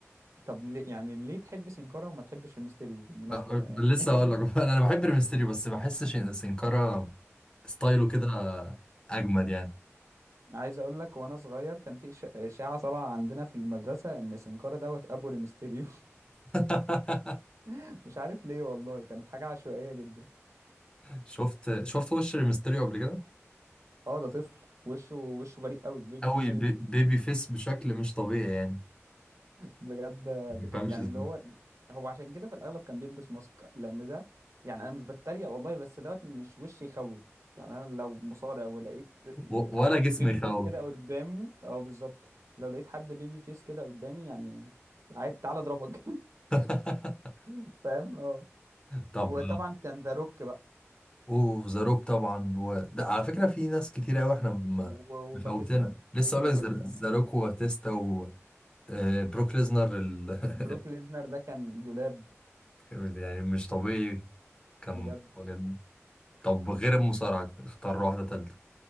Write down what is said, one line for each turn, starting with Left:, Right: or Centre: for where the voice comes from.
Right: طب ليه يعني ليه تحب سينكارا وما تحبش الميستيريو بالمناسبة
Left: أه،
Right: بقى يعني
Left: لسه اقول لك <laughs> انا بحب الميستيريو بس بحس شن- سنكارا ستايله كده اجمد يعني
Right: عايز اقول لك وانا صغير كان في إش- إشاعة طالعة عندنا في المدرسة ان سينكارا دوت ابو الميستيريو
Left: <laughs>
Right: <laughs> مش عارف ليه والله كانت حاجة عشوائية جدا
Left: شفت شفت وش الميستيريو قبل كده
Right: اه ده طفل وشه وشه بريء قوي بيبي
Left: قوي
Right: فيس جدا
Left: بي- بيبي فيس بشكل مش طبيعي يعني
Right: بجد
Left: ما بيفهمش
Right: بك... يعني
Left: ازاي
Right: اللي هو هو عشان كده في الاغلب كان بيلبس ماسك لان ده يعني انا مش بتريق والله بس دوت مش وش يخوف يعني انا لو مصارع ولقيت
Left: و-
Right: حد
Left: ولا جسم
Right: بيبي
Left: يخوف
Right: فيس كده قدامه اه بالظبط لو لقيت حد بيبي فيس كده قدامي يعني عادي تعالى اضربك
Left: <laughs>
Right: <laughs> فاهم اه
Left: طب
Right: وطبعا كان ذا روك بقى
Left: اوف ذا روك طبعا و... ده على فكره في ناس كتير قوي احنا م-
Right: و- و-
Left: مفوتنا
Right: وباتيستا بيف
Left: لسه اقول
Right: باتيستا
Left: لك ذا روك وباتيستا وبروك ليزنر ال...
Right: بروك
Left: <laughs>
Right: ليزنر ده كان دولاب
Left: ال... يعني مش طبيعي كان
Right: بجد
Left: بجد. طب غير المصارعة اختار واحدة تالتة